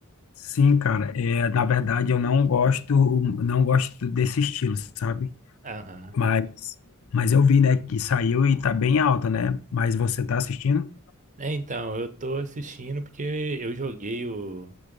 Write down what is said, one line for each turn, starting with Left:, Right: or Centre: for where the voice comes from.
Left: sim, cara. É, na verdade, eu não gosto, não gosto desse estilo, sabe?
Right: Aham.
Left: Mas, mas eu vi, né, que saiu e tá bem alta, né? Mas você tá assistindo?
Right: É, Então, eu tô assistindo porque eu joguei o-